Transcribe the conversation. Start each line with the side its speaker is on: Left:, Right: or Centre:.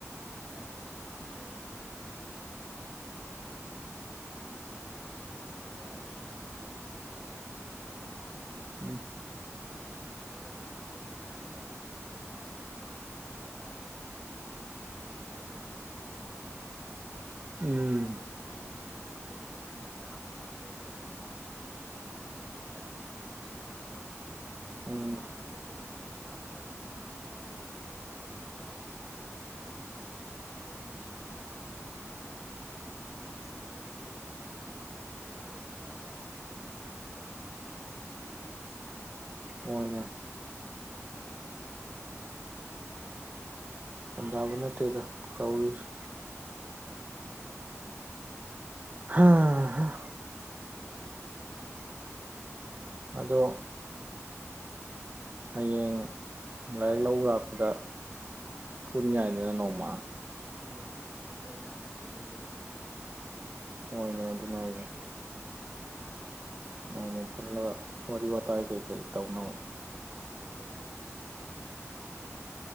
Centre: ꯑꯗꯨꯅꯤ ꯁꯤꯁꯦ ꯀꯩꯅ ꯁꯨꯝ ꯈꯟꯕꯗ ꯑꯩꯈꯣꯏꯒꯤ ꯁ꯭ꯀꯨꯜꯒꯨꯝꯕꯁꯦ ꯍꯥꯏꯗꯤ ꯑꯣꯐꯤꯁꯀꯨꯝꯕ ꯂꯩꯗꯅ ꯑꯩꯈꯣꯏꯒꯤ ꯂꯣꯏꯁꯪꯒꯤ ꯑꯣꯐꯤꯁ ꯀꯨꯝꯕꯁꯦ
Right: ꯎꯝ
Centre: ꯃꯣꯏꯒꯨꯝꯕꯁꯦ ꯍꯥꯟꯅ ꯁꯦꯝꯃꯛꯀꯗꯧꯅꯦꯕ ꯍꯥꯏꯗꯤ ꯁꯝꯅ ꯍꯥꯏꯔꯕꯗ ꯈ꯭ꯔꯤꯁꯃꯥꯁꯀꯁꯦ ꯑꯩꯈꯣꯏꯒꯤ ꯑꯩꯈꯣꯏ ꯂꯥꯏꯔꯕ ꯑꯩꯈꯣꯏꯅ ꯂꯧꯎ ꯁꯤꯡꯎ ꯑꯩꯈꯣꯏꯅ ꯄꯥꯡꯊꯣꯛꯎꯗꯧ ꯅꯠꯇꯦꯗꯅ
Right: ꯎꯝ
Centre: ꯃꯣꯏ ꯁꯣꯝꯅꯀꯟꯒꯤ ꯀꯨꯝꯍꯩ ꯂꯩꯌꯦꯅ ꯃꯤꯒꯤ ꯑꯥ ꯃꯄꯥ ꯑꯇꯣꯞꯄ ꯂꯝꯒꯤ ꯂꯩꯖꯕꯗꯁꯨ ꯃꯣꯏꯅ ꯍꯦꯛ ꯀꯨꯝꯍꯩ ꯍꯔꯥꯎꯗ ꯁꯨꯇꯤ ꯇꯣꯛ ꯄꯤꯁꯜꯂꯛꯀꯅꯤꯗꯣ ꯑꯗꯩꯗꯤ ꯃꯣꯏꯁꯨ
Right: ꯎꯝ
Centre: ꯋꯥꯔꯨꯕ ꯀꯧꯕꯅꯤ ꯍꯜꯂꯛꯑꯒ ꯍꯦꯛ ꯀꯨꯝꯍꯩ ꯍꯔꯥꯎꯗ ꯌꯥꯎꯕꯩ ꯀꯩꯕꯣꯏ ꯑꯍꯥꯎ ꯊꯨꯝ ꯆꯥꯕ ꯈꯣꯠꯄ ꯇꯧꯔꯛꯀꯅꯤ ꯑꯗꯩ ꯑꯗꯨꯝ ꯑꯉꯥꯡꯉꯩꯒꯤ ꯀꯣꯛꯁꯤꯁꯨ ꯂꯝꯗꯝꯅꯒꯤꯕꯅꯤꯗ ꯑꯗꯒꯤꯗꯤ ꯁ꯭ꯀꯨꯜꯁꯤꯡꯁꯤꯁꯨ ꯁꯨꯇꯤꯒ ꯊꯥꯗꯕꯤꯗ ꯍꯦꯛ ꯀ꯭ꯂꯥꯁ ꯇꯧꯕꯤꯔꯗꯤ ꯐꯕ <unintelligible>
Right: ꯍꯣꯏꯅꯦ ꯒꯌ꯭ꯥꯟ ꯇꯥꯕ ꯅꯠꯇꯦꯗ ꯇꯧꯔꯤꯁꯤ ꯍꯥꯥ <unintelligible> ꯑꯗꯣ ꯍꯌꯦꯡ ꯂꯥꯏꯔꯤꯛ ꯂꯧ ꯂꯥꯛꯄꯗ ꯄꯨꯟꯌꯥꯥꯏꯗꯅ ꯅꯣꯡꯃ
Centre: ꯄꯨꯜꯖꯤ ꯏꯌꯥꯝꯕ ꯄꯨꯜꯂꯤ ꯏꯌꯥꯝꯍꯣꯏ ꯃꯌꯥꯝ ꯄꯨꯟꯗꯕ ꯀꯨꯏꯔꯦ ꯀꯩꯅꯣ
Right: ꯍꯣꯏꯅꯦ ꯑꯗꯨꯅꯦ ꯍꯥꯏꯖꯤ
Centre: ꯑꯩꯗꯤ
Right: ꯅꯣꯡꯃ ꯄꯨꯜꯂꯒ
Centre: ꯏꯌꯥꯝꯕꯁꯦ
Right: ꯋꯥꯔꯤ ꯋꯥꯇꯥꯏ ꯀꯩꯀꯩ ꯇꯧꯅꯕ
Centre: ꯂꯥꯛꯇꯦ ꯍꯥꯏꯅꯤ ꯏꯌꯥꯝꯕꯁꯤꯡꯁꯤꯗꯤ